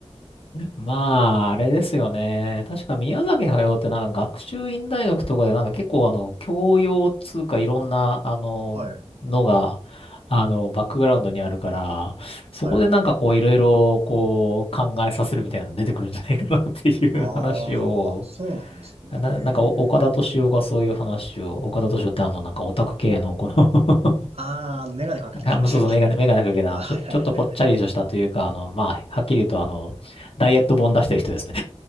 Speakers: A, on the left (about 55°); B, on the right (about 60°).
A: まあ、あれですよね。確か宮崎駿ってなんか学習院大学とかでなんか結構あの、教養つうかいろんな、あの、
B: はい、
A: のが、あの、バックグラウンドにあるから、そこでなんかこういろいろこう考えさせるみたいなの出てくるんじゃないかなっていう話を、
B: はい。ああ、なるほど。あ、そうなんですね。
A: な、
B: へ
A: なんかお岡田斗司夫がそういう話を、
B: え。
A: 岡田斗司夫ってあの、なんかオタク系のこの <laughs>
B: ああ、あの、メガネかけた人でしたっけあ
A: なんか、まあそうそう、メガネ、メガネかけた、
B: ーはいはいはいはい。
A: あのちょ、ちょっとぽっちゃりとしたというか、あの、まあ、はっきり言うと、あの、ダイエット本出してる人ですね。